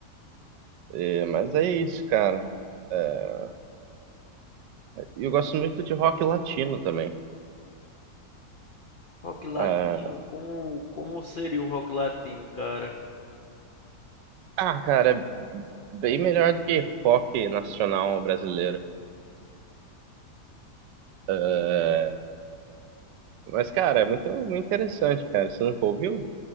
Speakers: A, on the right (about 90°); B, on the left (about 80°).
A: é, mas é isso, cara. É, eu gosto muito de rock latino também.
B: Rock latino,
A: É,
B: como, como seria um rock latino, cara?
A: Ah, cara, bem melhor do que rock nacional brasileiro. É, Mas, cara, é muito, muito interessante, cara. Você nunca ouviu?